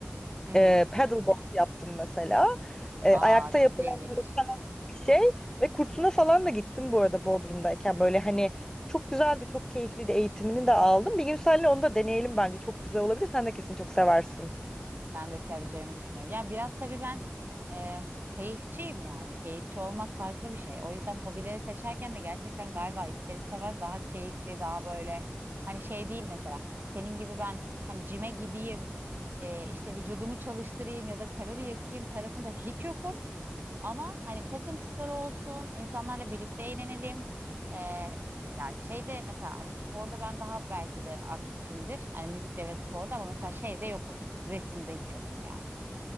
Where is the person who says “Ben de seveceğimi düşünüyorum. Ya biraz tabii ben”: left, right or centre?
Right